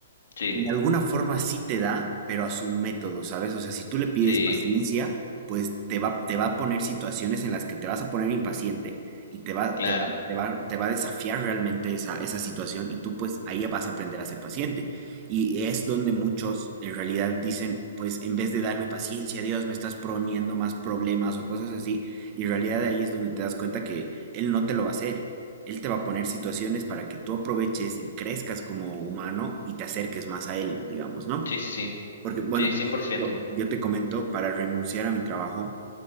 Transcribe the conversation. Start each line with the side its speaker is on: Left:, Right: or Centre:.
Left: Sí,
Right: en alguna forma sí te da, pero a su método, ¿sabes? O sea, si tú le pides
Left: sí,
Right: paciencia, pues te va, te va a poner situaciones en las que te vas a poner impaciente y te va,
Left: claro.
Right: te va, te va, te va a desafiar realmente esa, esa situación y tú pues ahí vas a aprender a ser paciente. Y es donde muchos en realidad dicen, pues en vez de darme paciencia, Dios, me estás poniendo más problemas o cosas así, y en realidad ahí es donde te das cuenta que él no te lo va a hacer. Él te va a poner situaciones para que tú aproveches y crezcas como humano y te acerques más a él, digamos, ¿no?
Left: Sí, sí, sí.
Right: Porque, bueno,
Left: Sí,
Right: por
Left: 100%.
Right: ejemplo, yo te comento, para renunciar a mi trabajo,